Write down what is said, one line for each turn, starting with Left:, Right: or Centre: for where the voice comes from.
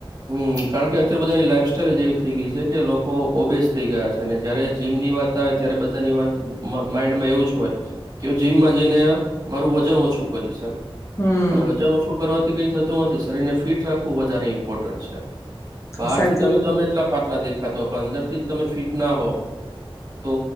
Right: હ કારણ કે અત્યારે બધા લાઈફ સ્ટાઈલ એવી થઈ ગઈ છે કે લોકો ઓબેસ થઈ ગયા છે અનેને જયારે જીમની વાત આવે ત્યારે બધાની વાત માઈન્ડમાં એવું જ હોય કે હ જીમમાં જઈને મારું વજન ઓછું કરીશ એમ.
Left: હમ
Right: પણ વજન ઓછું કરવાથી કઈ થ તુ નથી શરીરને ફિટ રાખવું વધારે ઇમ્પોર્ટન્ટ છે. બહાર
Left: સાચી
Right: થી તમે
Left: વાત
Right: ગમે એટલા પાટલા દેખાતા હો. પણ અંદર થી તમે ફીટ ના હો તો